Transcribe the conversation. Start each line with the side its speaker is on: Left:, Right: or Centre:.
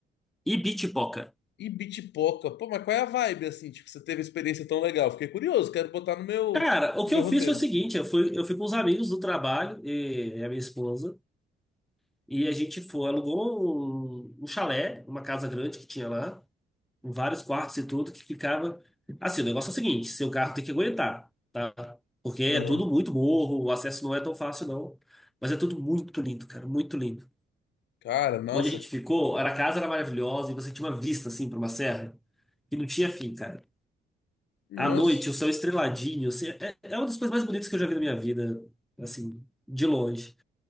Centre: E Bitipoca.
Left: E Bitpoca? Pô, mas qual é a vibe, assim? Tipo, você teve experiência tão legal. Fiquei curioso, quero botar no meu,
Centre: Cara, o
Left: no
Centre: que
Left: meu
Centre: eu
Left: roteiro.
Centre: fiz foi o seguinte, eu fui, eu fui com os amigos do trabalho e e a minha esposa, e a gente foi, alugou um, um chalé, uma casa grande que tinha lá, com vários quartos e tudo, que ficava... Assim, o negócio é o seguinte, seu carro tem que aguentar, tá? Porque é
Left: Aham.
Centre: tudo muito morro, o acesso não é tão fácil não, mas é tudo muito lindo, cara, muito lindo.
Left: Cara, nossa.
Centre: Onde a gente ficou, era a casa era maravilhosa e você tinha uma vista, assim, para uma serra, que não tinha fim, cara.
Left: Nossa.
Centre: À noite, o céu estreladinho, assim, é, é uma das coisas mais bonitas que eu já vi na minha vida, assim, de longe.